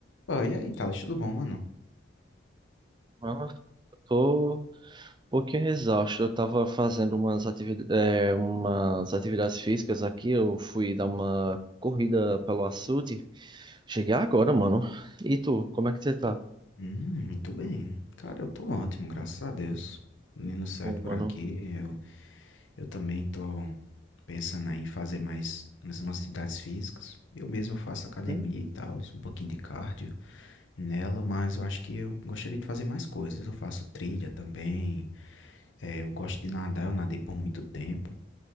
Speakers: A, on the left; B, on the right.
A: Pô, e aí, Thales, tudo bom, mano?
B: Nossa, eu tô um pouquinho exausto. Eu tava fazendo umas, ativi- é, umas atividades físicas aqui. Eu fui dar uma corrida pelo açude. Cheguei agora, mano. E tu, como é que você tá?
A: Hum, muito bem. Cara, eu tô ótimo, graças a Deus. Menino certo
B: Pô, mano.
A: por aqui. Eu, eu também tô pensando aí em fazer mais, mais umas atividades físicas. Eu mesmo faço academia
B: Hum?
A: e tal, um pouquinho de cardio nela, mas eu acho que eu gostaria de fazer mais coisas. Eu faço trilha também. é, eu gosto de nadar, eu nadei por muito tempo.